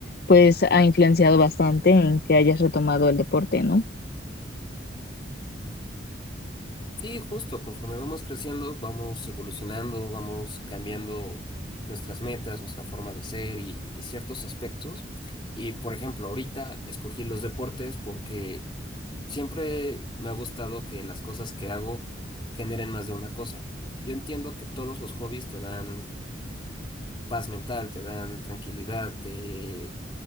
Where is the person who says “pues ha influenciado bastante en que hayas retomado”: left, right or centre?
Left